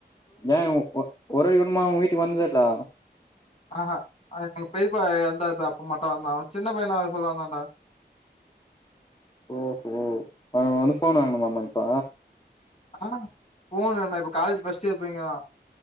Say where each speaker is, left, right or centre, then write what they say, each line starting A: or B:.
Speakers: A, on the left; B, on the left.
A: ஏ ஒ ஒரே குடும்மா உங்க வீட்டுக்கு வந்ததல்ல
B: ஆ ஹா எங்க பேப்பா எந்தாது அப்ப மட்டு வந்தா அவ சின்ன பையந்த அத சொல்ல வந்தான்டா
A: ஓஹோ அவ வந்து ஃபோன் வாங்கனுமாமா இப்ப
B: ஆ ஃபோன் வேணா இப்ப காலேஜ் ஃபஸ்ட் இயர் பொய்ங்கதா